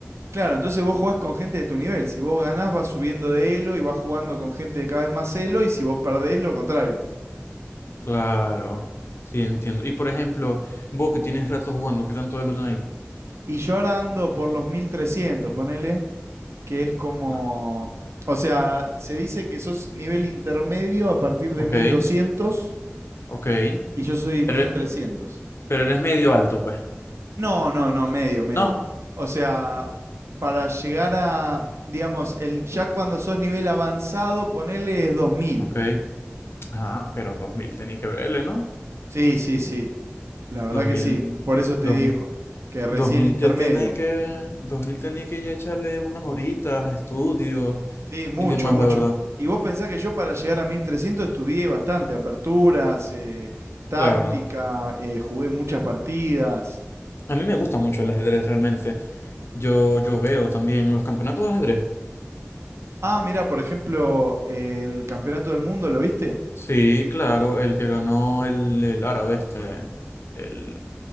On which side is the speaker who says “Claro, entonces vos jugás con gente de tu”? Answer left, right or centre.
Right